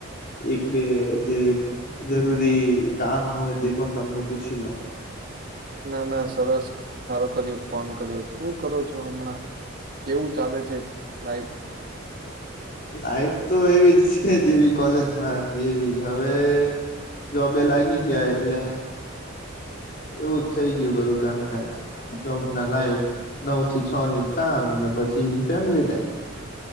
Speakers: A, on the left; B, on the right.
A: એક બે જે જરૂરી કામ હોય તે પણ તમને પૂછી લઉં.
B: ના ના સરસ હારો કર્યો ફોન કર્યો શું કરો છો હમણાં? કેવું ચાલે છે લાઈફ?
A: લાઈફ તો એવી જ છે જેવી કોલેજમાં હતી એવી જ હવે જોબે લાગી ગયા એટલે એવું થઈ ગયું બધું કામકાજ જોબ ના લાઈફ નવ થી છ ની કામ પછી ફેમિલી ટાઈમ.